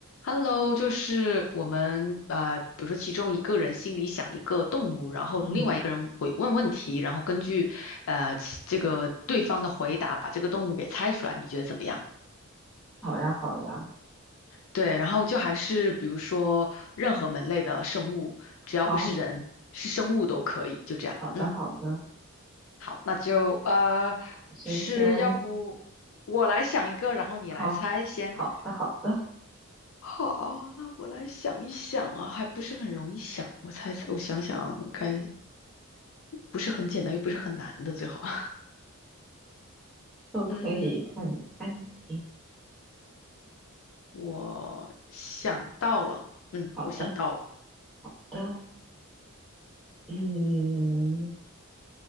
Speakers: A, on the left; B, in the centre.
A: Hello，就是我们呃，比如说其中一个人心里想一个动物，然后另外一个人会问问题，
B: 嗯，
A: 然后根据呃其这个对方的回答把这个动物给猜出来，你觉得怎么样？
B: 好呀，好呀，
A: 对，然后就还是比如说任何门类的生物，只要不是人，
B: 好，
A: 是生物都可以，就这样。
B: 好的，
A: 嗯，
B: 好的，
A: 好，那就呃是要不我来想一个，
B: 谁先？
A: 然后你来猜先。
B: 好，好的，好的，
A: 好，那我来想一想啊，还不是很容易想。我猜，我想想该不是很简单，又不是很难的，最好。<laughs>
B: 都可以看你，
A: 嗯，
B: 看你，
A: 我想到了，嗯，
B: 好的，
A: 我想到了，
B: 好的，嗯，